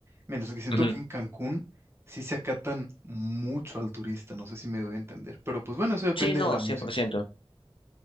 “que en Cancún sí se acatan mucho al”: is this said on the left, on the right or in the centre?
Right